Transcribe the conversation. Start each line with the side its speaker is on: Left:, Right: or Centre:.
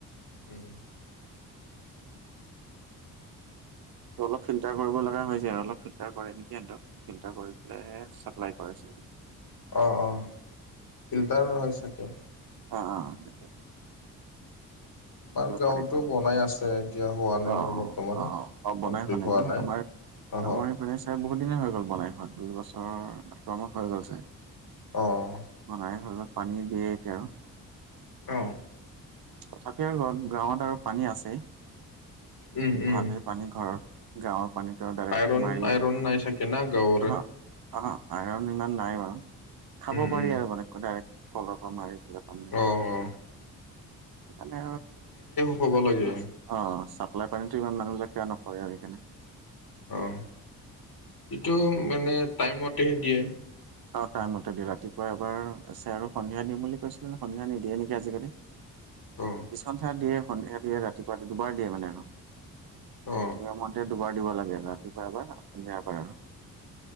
Left: উম,
Right: অলপ ফিল্টাৰ কৰিব লগা হৈ যায়, অলপ ফিলটাৰ কৰে নেকি হেতৰ ফিল্টাৰ কৰি পেলাইে চাপ্লাই কৰিছে।
Left: অঁ, অঁ, ফিল্টাৰ হয় চাগে।
Right: অ, অ, অ,
Left: <inaudible> আমাৰ গাঁৱতো
Right: পানীটো অ',
Left: বনাই আছে এতিয়া হোৱা নাই
Right: অ',
Left: মানে বৰ্তমান,
Right: অ', অ', অ', বনাই
Left: কমপ্লিট হোৱা
Right: ন?
Left: নাই।
Right: আমাৰ
Left: অহ
Right: আমাৰ এইপিনে চাই বহুত দিনে হৈ গ'ল বনাই হোৱাত দুই বছৰ কমেও হৈ গ'ল চাই
Left: অঁ,
Right: বনাই হৈ পানী দিয়ে এতিয়া
Left: অঁ,
Right: তথাপিও আৰু ঘৰত গাঁৱত আৰু পানী আছে
Left: উম উম
Right: ভালেই পানী ঘৰত গাঁৱৰ পানীটো ডাইৰেক্ট
Left: আইৰণ
Right: মাৰি
Left: আইৰণ নাই চাগে না গাঁৱৰে
Right: হা অ, আইৰণ ইমান নাই বাৰু খাব
Left: উম
Right: পাৰি
Left: উম
Right: আৰু মানে ডাইৰে্ট কলৰ পৰা মাৰিপেলাই পানী
Left: অ,
Right: আৰু
Left: অ,
Right: সেইকাৰণে
Left: হ'ব লাগে
Right: আৰু চাপ্লাই পানীতো ইমান মানুহবিলাক কিয় নকৰে আৰু সেইকাৰণে
Left: অঁ, এইটো মানে টাইমতেহে দিয়ে
Right: অ, টাইমতে দি ৰাতিপুৱা এবাৰ আছে আৰু সন্ধিয়া দিম বুলি কৈছিলে ন সন্ধিয়া নিদিয়ে নেকি আজিকালি
Left: অ,
Right: কিছুমান ঠাইত দিয়ে সন্ধিয়া দিয়ে ৰাতিপুৱা দুবাৰ দিয়ে মানে আৰু
Left: অ
Right: নিয়ম দুবাৰ দিব লাগে আৰু ৰাতিপুৱা এবাৰ সন্ধিয়া এবাৰ আৰু